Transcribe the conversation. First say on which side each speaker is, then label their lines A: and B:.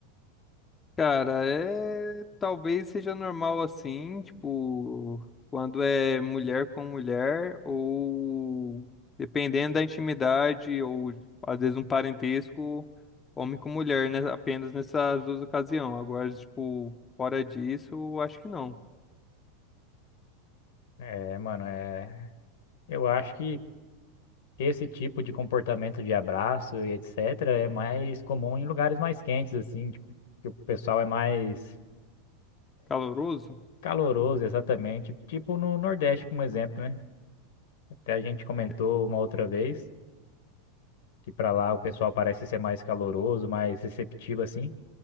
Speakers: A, on the left; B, on the left.
A: Cara, é talvez seja normal assim, tipo, quando é mulher com mulher, ou dependendo da intimidade, ou às vezes um parentesco, homem com mulher, né? Apenas nessas duas ocasiões. Agora, tipo, fora disso, acho que não.
B: É, mano, é. Eu acho que esse tipo de comportamento de abraço e etc. é mais comum em lugares mais quentes, assim, tipo, que o pessoal é mais
A: Caloroso?
B: caloroso, exatamente. Tipo no Nordeste, por um exemplo, né? Até a gente comentou
A: É
B: uma outra vez que pra lá o pessoal parece ser mais caloroso, mais receptivo, assim.